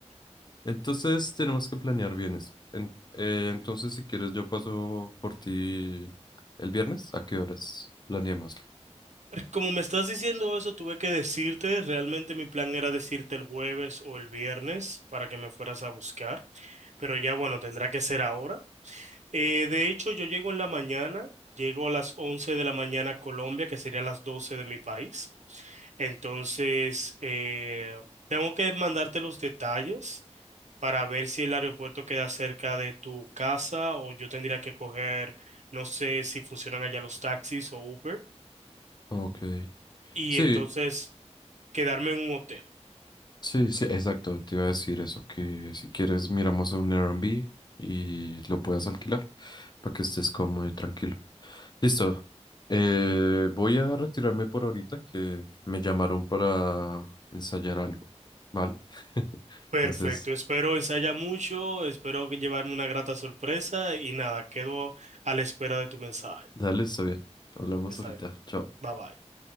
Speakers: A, on the left (about 35°); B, on the right (about 80°).
A: Entonces, tenemos que planear bien eso. En- eh, entonces, si quieres, yo paso por ti el viernes. ¿A qué horas? Planeémoslo.
B: Como me estás diciendo eso, tuve que decirte, realmente mi plan era decirte el jueves o el viernes para que me fueras a buscar, pero ya bueno, tendrá que ser ahora. Eh, de hecho, yo llego en la mañana, llego a las 11 de la mañana a Colombia, que sería las 12 de mi país. Entonces, eh, tengo que mandarte los detalles para ver si el aeropuerto queda cerca de tu casa o yo tendría que coger, no sé si funcionan allá los taxis o Uber,
A: Ok.
B: y
A: Sí,
B: entonces quedarme en un hotel.
A: sí, sí, exacto. Te iba a decir eso, que si quieres, miramos a un Airbnb y lo puedas alquilar para que estés cómodo y tranquilo. Listo. Eh, voy a retirarme por ahorita que me llamaron para ensayar algo. ¿Vale? <laughs>
B: Perfecto,
A: Entonces,
B: espero ensaya mucho, espero que llevarme una grata sorpresa y nada, quedo a la espera de tu mensaje.
A: dale, está bien. Hablamos
B: Está
A: ahorita.
B: bien,
A: Chao.
B: bye bye.